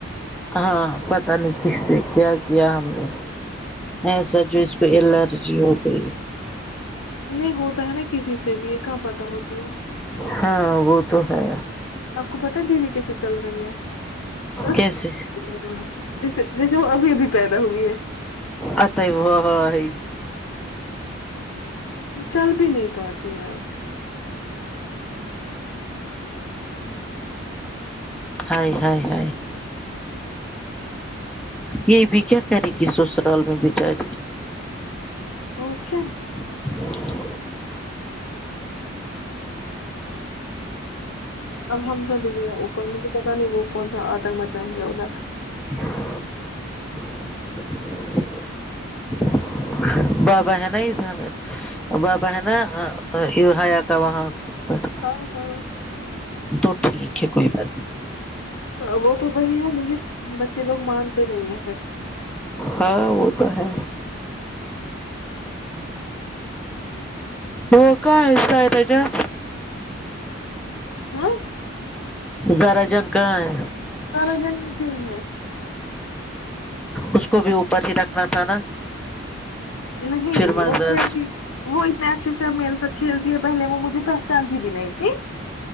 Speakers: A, in the centre; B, on the left.
A: ہاں پتا نہیں کس سے کیا کیا ہم نے ایسا جو اس پہ الرجی ہو گئی
B: نہیں ہوتا ہے نا کسی سے بھی یہ کہاں پتا ہوتی ہے
A: ہاں وہ تو ہے
B: آپ کو پتا دیدی کیسے چل رہی ہے بس
A: کیسے
B: جیسے جیسے وہ ابھی ابھی پیدا ہوئی ہے
A: آتا وہی وہ واہ رے
B: چل بھی نہیں پاتے آپ
A: ہائے ہائے ہائے یہ بھی کیا کرے گی سسرال میں بیچاری <inaudible>
B: اور کیا
A: <inaudible>
B: اب ہم سب ادھر ہے اوپر پتا نہیں وہ کون سا آتنک مچائیں گے ادھر
A: <inaudible> بابا ہے نا اس بابا ہے نا یہ حیا کا وہاں پر
B: ہ ہاں
A: تو ٹھیک ہے کوئی بات نہیں
B: وہ بھی وہی ہے لیکن بچے لوگ مانتے نہیں ہیں پھر
A: ہاں وہ تو ہے وہ کا ایتا <unintelligible>
B: ہاں
A: زارا جان کہاں ہے
B: زارا جان کچن میں ہے
A: اس کو بھی اوپر ہی رکھنا تھا نا
B: نہیں
A: پھر مزہ
B: وہ کینٹین وہ اتنے اچھے سے اب میرے ساتھ کھیلتی ہے پہلے وہ مجھے پہچانتی بھی نہیں تھی